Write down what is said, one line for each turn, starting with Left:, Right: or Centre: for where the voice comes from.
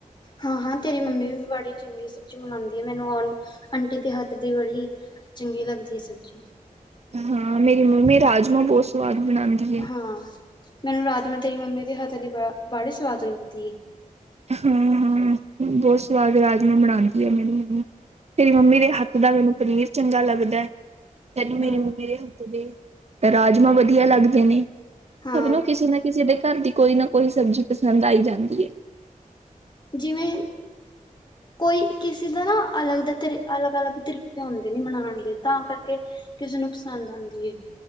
Left: ਹਾਂ ਹਾਂ ਤੇਰੀ ਮੰਮੀ ਵੀ ਬੜੀ ਚੰਗੀ ਸਬਜ਼ੀ ਬਣਾਂਦੀ ਆ ਮੈਨੂੰ ਆਂਟੀ ਦੇ ਹੱਥ ਦੀ ਬੜੀ ਚੰਗੀ ਲੱਗਦੀ ਹੈ ਸਬਜ਼ੀ।
Right: ਹਾਂ ਮੇਰੀ ਮੰਮੀ ਰਾਜਮਾਂ ਬਹੁਤ ਸਵਾਦ ਬਣਾਉਂਦੀ ਹੈ।
Left: ਹਾਂ। ਮੈਨੂੰ ਰਾਜਮਾ ਤੇਰੀ ਮੰਮੀ ਦੇ ਹੱਥ ਦੀ ਬ ਵਾਲੇ ਸਵਾਦ ਲੱਗਦੀ ਹੈ।
Right: ਹਾਂ ਹਾਂ ਬਹੁਤ ਸਵਾਦ ਰਾਜਮਾਂ ਬਣਾਉਂਦੀ ਆ ਮੈਨੂੰ ਮੰਮੀ ਤੇਰੀ ਮੰਮੀ ਦੇ ਹੱਥ ਦਾ ਮੈਨੂੰ ਪਨੀਰ ਚੰਗਾ ਲੱਗਦਾ ਹੈ। ਤੈਨੂੰ ਮੇਰੇ
Left: ਹਾਂ।
Right: ਮੰਮੀ ਦੇ ਰਾਜਮਾਂ ਵਧੀਆ ਲੱਗਦੇ ਨੇ।
Left: ਹਾਂ-ਹਾਂ
Right: ਸਭ ਨੂੰ ਕਿਸੇ ਨਾ ਕਿਸੇ ਦੇ ਘਰ ਦੀ ਕੋਈ ਨਾ ਕੋਈ ਸਬਜ਼ੀ ਪਸੰਦ ਆਈ ਜਾਂਦੀ ਏ।
Left: ਜਿਵੇਂ, ਕੋਈ ਕਿਸੇ ਦਾ ਨਾ ਅਲੱਗ ਦਾ ਤਰੀ ਅਲੱਗ-ਅਲੱਗ ਤਰੀਕੇ ਹੁੰਦੇ ਨੇ ਬਨਾਣ ਦੇ ਤਾਂ ਕਰਕੇ ਕਿਸੇ ਨੂੰ ਪਸੰਦ ਆਦੀ ਏ।